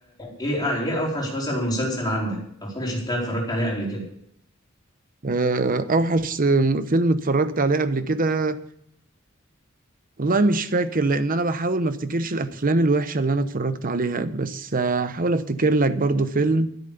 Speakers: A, on the left; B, on the right.
A: إيه إيه أوحش مثلا مسلسل عندك أو حاجة شفتها اتفرجت عليها قبل كده؟
B: آه، اوحش فيلم اتفرجت عليه قبل كده والله مش فاكر لان انا بحاول ما افتكرش الافلام الوحشه اللي انا اتفرجت عليها بس آه، هحاول افتكر لك برضو فيلم